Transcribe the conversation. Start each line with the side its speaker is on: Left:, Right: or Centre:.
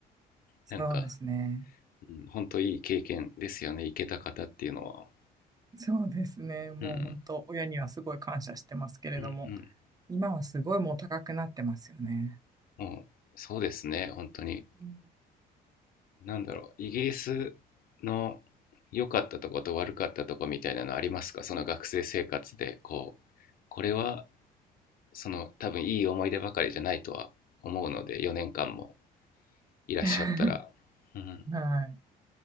Right: そうですね。
Left: なんか、うん、本当いい経験ですよね、行けた方っていうのは。
Right: そうですね。もう本当、
Left: うん、
Right: 親にはすごい感謝してますけれども、
Left: うん、うん。
Right: 今はすごいもう高くなってますよね。
Left: もう、そうですね、本当に。
Right: うん
Left: なんだろう、イギリスの良かったとこと悪かったとこみたいなのありますかその学生生活で、こう、これはその多分いい思い出ばかりじゃないとは思うので4年間もいらっしゃったら、
Right: <laughs>
Left: うん、
Right: は